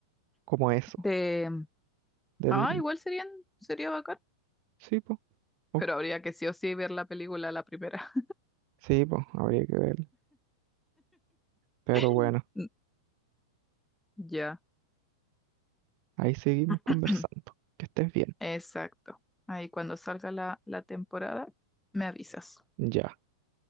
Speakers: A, on the right (about 45°); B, in the centre.
A: como eso,
B: de...
A: del,
B: Ah, igual serían, sería bacán,
A: sí, pues. Uh,
B: pero habría que sí o sí ver la película la primera.
A: sí, pues, habría que ver. Pero
B: <laughs>
A: bueno,
B: Mm, Ya,
A: ahí seguimos
B: <clears throat>
A: conversando. Que estés bien.
B: exacto. Ahí cuando salga la, la temporada, me avisas.
A: Ya.